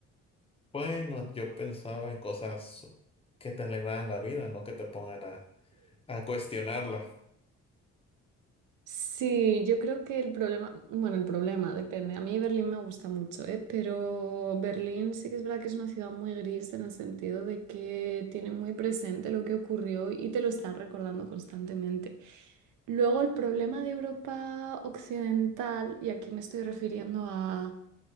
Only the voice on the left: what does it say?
Bueno, yo pensaba en cosas que te alegraran la vida, no que te pongan a, a cuestionarla.